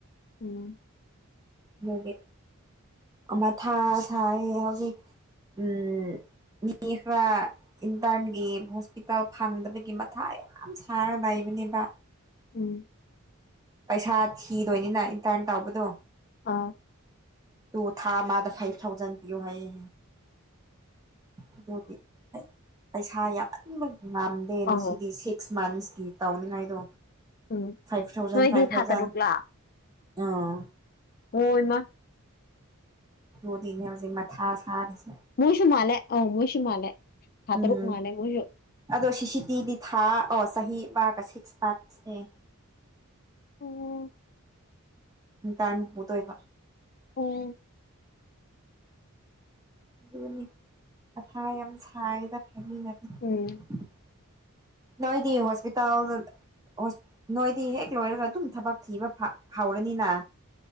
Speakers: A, on the left (about 45°); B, on the right (about 15°).
A: ꯎꯝ
B: ꯑꯗꯨꯒꯤ ꯃꯊꯥ ꯁꯥꯔꯦ ꯍꯧꯖꯤꯛ ꯎꯝ ꯃꯤ ꯈꯔ ꯏꯟꯇꯔꯟꯒꯤ ꯍꯣꯁꯄꯤꯇꯥꯜ ꯐꯪꯗꯕꯒꯤ ꯃꯊꯥ ꯌꯥꯝ ꯁꯥꯔꯒ ꯂꯩꯕ ꯗꯨꯅꯦꯕ
A: ꯎꯝ
B: ꯄꯩꯁꯥ ꯊꯤꯗꯣꯏꯅꯤꯅ ꯏꯟꯇꯔꯟ ꯇꯧꯕꯗꯣ
A: ꯑꯥ
B: ꯑꯗꯨ ꯊꯥ ꯑꯃꯗ ꯐꯥꯏꯚ ꯊꯥꯎꯖꯟ ꯄꯤꯌꯣ ꯍꯥꯏꯌꯦ ꯑꯗꯨꯒꯤ ꯄꯩꯁꯥ ꯌꯥꯝꯃꯟꯕ ꯉꯝꯗꯦ ꯉꯁꯤꯗꯤ
A: ꯑꯧ
B: ꯁꯤꯛꯁ ꯃꯟꯁꯀꯤ ꯇꯧꯅꯤꯉꯥꯏꯗꯣ
A: ꯎꯝ
B: ꯐꯥꯏꯚ ꯊꯥꯎꯖꯟ
A: ꯅꯣꯏꯗꯤ
B: ꯐꯥꯏꯚ
A: ꯊꯥ
B: ꯊꯥꯎꯖꯟ
A: ꯇꯔꯨꯛꯂꯥ
B: ꯑꯥ
A: ꯑꯣꯏꯃ
B: ꯑꯗꯨꯅꯦ ꯍꯧꯖꯤꯛ ꯃꯊꯥ ꯁꯥꯔꯤꯁꯦ
A: ꯃꯣꯏꯁꯨꯨ ꯃꯥꯜꯂꯦ ꯑꯣ ꯃꯣꯏꯁꯨ ꯃꯥꯜꯂꯦ ꯊꯥ
B: ꯎꯝ
A: ꯇꯔꯨꯛ ꯃꯥꯜꯂꯦ ꯃꯣꯏꯁꯨ
B: ꯑꯗꯣ ꯁꯤꯁꯤꯇꯤꯗꯤ ꯊꯥ ꯑꯣ ꯆꯍꯤ ꯄ ꯁꯤꯛꯁ ꯄꯔꯥꯠꯁꯅꯦ
A: ꯑꯝ
B: ꯏꯇꯥꯟ ꯄꯨꯗꯣꯏꯕ
A: ꯑꯣ
B: ꯑꯗꯨꯅꯤ ꯃꯊꯥ ꯌꯥꯝ ꯁꯥꯏꯌꯦꯗ ꯐꯥꯕꯤ ꯅꯠꯇꯦ
A: ꯎꯝ
B: ꯅꯣꯏꯗꯤ ꯍꯣꯁꯄꯤꯇꯥꯜꯗ ꯍꯣꯁ ꯅꯣꯏꯗꯤ ꯍꯦꯛ ꯂꯣꯏꯔꯒ ꯑꯗꯨꯝ ꯊꯕꯛ ꯊꯤꯕ ꯐ ꯍꯧꯔꯅꯤꯅ